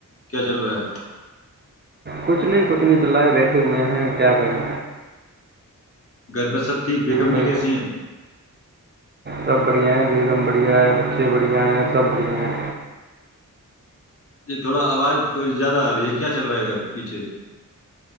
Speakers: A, on the left; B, on the right.
A: کیا چل رہا ہے
B: کچھ نہیں کچھ نہیں چللا ہے بیٹھے ہوئے ہیں کیا کریں
A: گرب سب ٹھیک بیکم
B: کوئی
A: جی کیسی ہیں
B: سب بڑھیا ہے بیگم بڑھیا ہے بچے بڑھیا ہیں سب بڑھیا ہیں
A: یہ تھوڑا آواز تھوڑی زیادہ آ رہی ہے کیا چل رہا ہے ا گ پیچھے